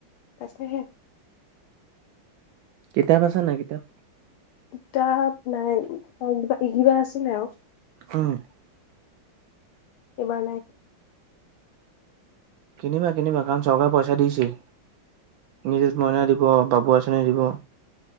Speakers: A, on the left; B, on the right.
A: তাকেহে।
B: কিতাপ আছে নাই কিতাপ?
A: কিতাপ নাই, কিবা এগিতা আছিলে আৰু।
B: উম।
A: এইবাৰ নাই।
B: কিনিবা কিনিবা কাৰণ চৰকাৰে পইচা দিছেই, নিজুত মইনা দিব, বাবু আঁচনি দিব।